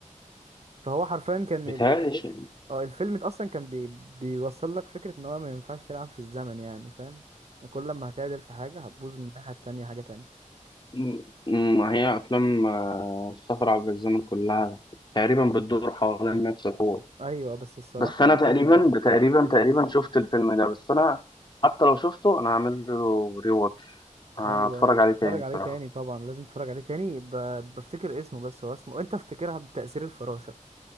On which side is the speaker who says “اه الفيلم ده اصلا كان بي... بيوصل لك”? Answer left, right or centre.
Right